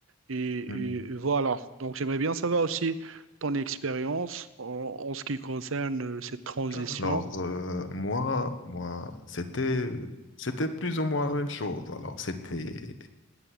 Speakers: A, on the right (about 75°); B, on the left (about 65°).
A: Et,
B: Mhm.
A: et- et voilà. Donc, j'aimerais bien savoir aussi ton expérience en, en ce qui concerne euh, cette transition.
B: Alors, euh, moi, moi, c'était, euh, c'était plus ou moins la même chose. Alors, c'était,